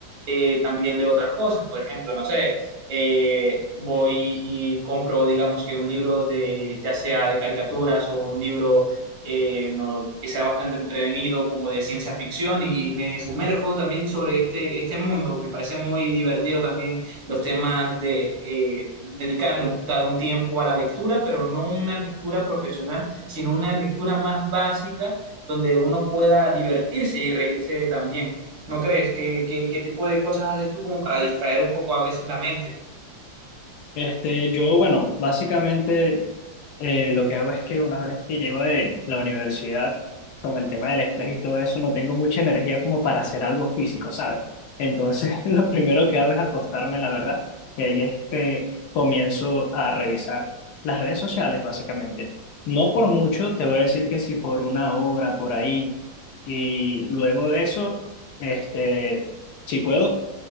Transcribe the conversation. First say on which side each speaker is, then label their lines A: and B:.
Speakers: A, on the right; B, on the left.
A: eh, también leo otras cosas, por ejemplo, no sé, eh, voy y compro, digamos que un libro de, ya sea de caricaturas o un libro eh, no, que sea bastante entretenido como de ciencia ficción y me sumerjo también sobre este, este mundo. Me parece muy divertido también los temas de eh, dedicarle un, ta- un tiempo a la lectura, pero no una lectura profesional, sino una lectura más básica donde uno pueda divertirse y reírse también. ¿No crees? ¿Qué, qué, qué tipo de cosas haces tú como para distraer un poco a veces la mente?
B: Este, yo, bueno, básicamente eh, lo que hago es que una vez que llego de la universidad, con el tema del estrés y todo eso, no tengo mucha energía como para hacer algo físico, ¿sabes? Entonces, <laughs> lo primero que hago es acostarme, la verdad, eh, y ahí es que comienzo a revisar las redes sociales, básicamente. No por mucho, te voy a decir que sí por una hora, por ahí, y luego de eso, este, si puedo,